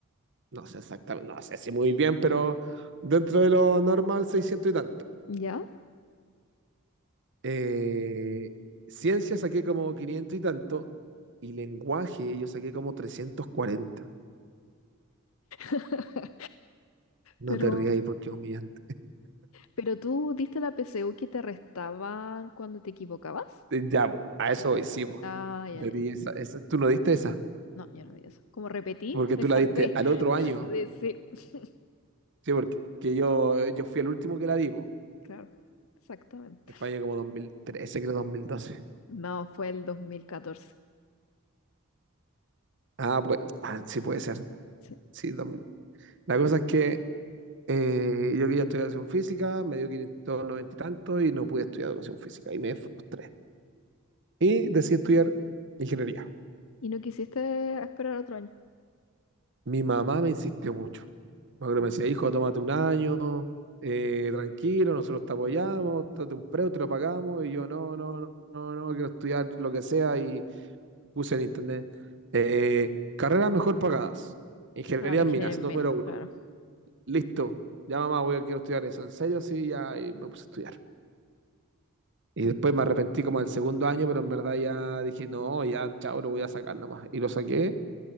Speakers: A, on the right (about 60°); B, on the left (about 70°).
A: No sé exactamente, no sé si muy bien, pero dentro de lo normal, 600 y tanto.
B: ¿Ya?
A: Eh, ciencia saqué como 500 y tanto. Y lenguaje yo saqué como 340.
B: <laughs>
A: No
B: Pero,
A: te rías ahí porque es humillante.
B: pero tú diste la PSU que te restaban cuando te equivocabas.
A: Eh, Ya, po, a eso voy, sí, po.
B: Ah, ya,
A: Yo
B: ya.
A: di
B: ya.
A: esa, esa- tú no diste esa,
B: No, ya no di eso. Como repetí,
A: porque
B: me
A: tú
B: salvé
A: la diste al otro
B: <laughs>
A: año.
B: de decir. <laughs>
A: Sí, porque yo, eh, yo fui el último que la vi, po,
B: Claro, exactamente.
A: que fue año como 2013, creo 2012.
B: No, fue el dos mil catorce
A: Ah, pues, ah, sí puede ser.
B: Sí.
A: Sí, 2000. La cosa es que eh, yo quería estudiar educación física, me dio 590 y tanto y no pude estudiar educación física y me frustré. Y decidí estudiar ingeniería.
B: ¿Y no quisiste esperar otro año?
A: Mi mamá me insistió mucho. Me acuerdo que
B: Ujú.
A: me decía, hijo, tómate un año, eh, tranquilo, nosotros te apoyamos, tómate un preu, te lo pagamos. Y yo, no, no, no, no, no, quiero estudiar lo que sea y puse en internet. Eh, carreras mejor pagadas. Ingeniería
B: Claro,
A: en
B: ingeniero
A: minas,
B: en
A: número
B: minas,
A: uno.
B: claro.
A: Listo. Ya mamá, voy a quiero estudiar eso. ¿En serio? Sí, ya y me puse a estudiar. Y después me arrepentí como del segundo año, pero en verdad ya dije, no, ya, chao, lo voy a sacar nomás. Y lo saqué.